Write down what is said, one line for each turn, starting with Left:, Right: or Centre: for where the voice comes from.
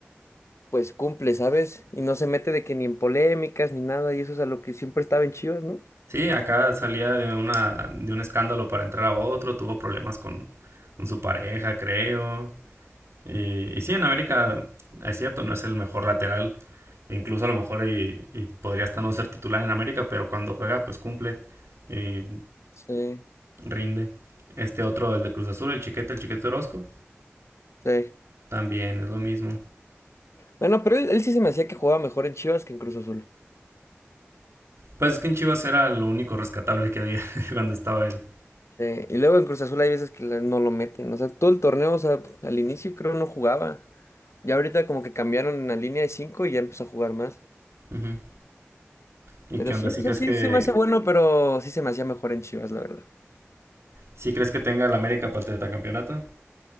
Left: pues cumple, ¿sabes? Y no se mete de que ni en polémicas ni nada, y eso es a lo que siempre estaba en Chivas, ¿no?
Right: Sí, acá salía de una, de un escándalo para entrar a otro, tuvo problemas con, con su pareja, creo. Y, y sí, en América es cierto, no es el mejor lateral. Incluso a lo mejor y, y podría hasta no ser titular en América, pero cuando juega pues cumple. Y
Left: Sí,
Right: rinde. Este otro, el de Cruz Azul, el Chiquete, el Chiquete Orozco,
Left: sí.
Right: también es lo mismo.
Left: Bueno, pero él, él sí se me hacía que jugaba mejor en Chivas que en Cruz Azul.
Right: Pues es que en Chivas era lo único rescatable que había <laughs> cuando estaba él.
Left: Sí, Y luego en Cruz Azul hay veces que la- no lo meten. O sea, todo el torneo, o sea, al inicio creo no jugaba. Ya ahorita como que cambiaron la línea de 5 y ya empezó a jugar más.
Right: Ujú. ¿Y
Left: Pero
Right: qué onda?
Left: sí,
Right: ¿Sí
Left: o sea,
Right: crees
Left: sí
Right: que,
Left: se me hace bueno, pero sí se me hacía mejor en Chivas, la verdad.
Right: sí crees que tenga el América para el tetracampeonato?